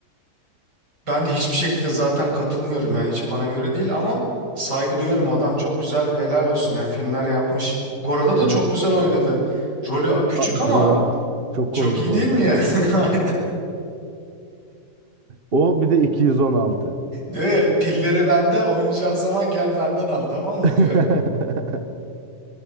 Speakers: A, on the right; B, on the right.
A: Ben de hiçbir şekilde zaten katılmıyorum yani hiç bana göre değil ama saygı duyarım adam çok güzel helal olsun yani filmler yapmış. Gora'da da
B: evet
A: çok güzel oynadı. Rolü küçük
B: A- Gora
A: ama
B: <laughs> çok
A: çok
B: komik
A: iyi
B: orada
A: değil mi
B: ya.
A: ya? <laughs> Aynen
B: O bir de 216.
A: diyor ya pilleri bende oynayacağın zaman gel benden al tamam mı
B: <laughs>
A: diyor.